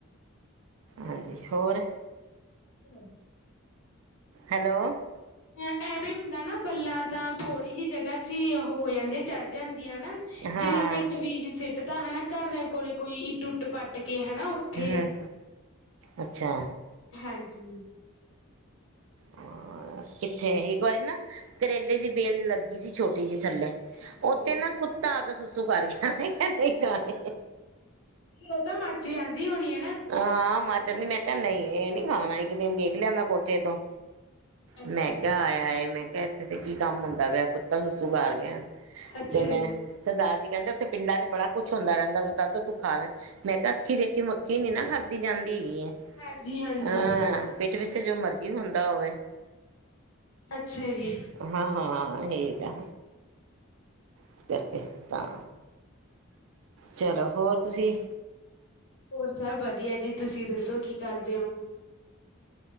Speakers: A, on the right; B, on the left.
A: ਹਾਂਜੀ ਹੋਰ
B: ਵਧਿਆ
A: ਹੈਲੋ
B: ਜੀ ਐਵੇਂ ਹੁੰਦਾ ਨਾ ਬੱਲਾਂ ਤਾਂ ਥੋੜ੍ਹੀ ਜਿਹੀ ਜਗ੍ਹਾ ਚ ਹੀ ਉਹ ਹੋ ਜਾਂਦੇ ਚੜ੍ਹ ਜਾਂਦੇ ਹਨਾ ਜਿਵੇਂ
A: ਹਾਂ
B: ਆਪਾਂ ਇੱਕ ਵੀ ਸਟ ਤਾਂ ਹਨਾ ਘਰਦਿਆਂ ਕੋਲ ਕੋਈ ਇੱਟ ਉੱਟ ਪੱਟ ਕੇ ਹੈ। ਉੱਥੇ
A: ਹਮ ਅੱਛਾ
B: ਹਾਂਜੀ
A: ਹਾਂ। ਕਿੱਥੇ ਇੱਕ ਵਾਰੀ ਨਾ ਕਰੇਲੇ ਦੀ ਬੇਲ ਲੱਗੀ ਸੀ ਛੋਟੀ ਜੀ ਥੱਲੇ
B: ਅੱਛਾ
A: ਉਹਥੇ
B: ਜੀ
A: ਨਾ ਕੁੱਤਾ ਕੇ ਸੂਸੂ ਕਰਤਾ, ਮੈ ਕਿਆ ਨੀ ਖਾਣੀ
B: ਉਹ ਤਾਂ ਮਾਚ ਜਾਦੀ ਹੋਣੀ ਹਨਾ।
A: ਹਾਂ ਮਾਚਰ ਮੈਂ ਕਿਹਾ ਨਹੀਂ ਇਹ ਨੀ ਖਾਣਾ ਇੱਕ ਦਿਨ ਦੇਖ ਲਿਆ ਮੈਂ ਕੋਠੇ ਤੋਂ
B: ਅੱਛਾ
A: ਮੈਂ ਕਿਹਾ
B: ਜੀ
A: ਆਇਆ ਹੈ। ਮੈਂ ਇੱਥੇ ਤੇ ਕੀ ਕੰਮ ਹੁੰਦਾ ਵਆ ਕੁੱਤਾ ਸੱਸੂ ਕਰ ਗਿਆ
B: ਅੱਛਾ
A: ਤੇ ਮੈਂ
B: ਜੀ
A: ਸਰਦਾਰ ਜੀ ਕਹਿੰਦੇ ਉੱਥੇ ਪਿੰਡਾਂ ਚ ਬੜਾ ਕੁਛ ਹੁੰਦਾ ਰਹਿੰਦਾ ਸੀ ਤ ਤੂੰ ਖਾ ਲੈ ਮੈਂ ਕਿਹਾ ਅੱਖੀ ਦੇਖੀ ਮੱਖੀ ਨੀ ਨਾ ਖਾਧੀ ਜਾਂਦੀ ਹੈਗੀ ਹੈ।
B: ਹਾਂਜੀ ਹਾਂਜੀ
A: ਹਾਂ ਪਿੱਠ ਵਿੱਚ ਜੋ ਮਰਜੀ ਹੁੰਦੀ ਦਾ ਹੋਵੇ-
B: ਅੱਛਾ ਜੀ
A: ਹਾਂ ਹਾਂ ਹੈੇ। ਇਸ ਕਰਕੇ ਤਾਂ ਚਲੋ ਹੋਰ ਤੁਸੀਂ
B: ਹੋਰ ਸਭ ਵਧੀਆ ਜੀ ਤੁਸੀਂ ਦੱਸੋ ਕੀ ਕਰਦੇ ਹੋ।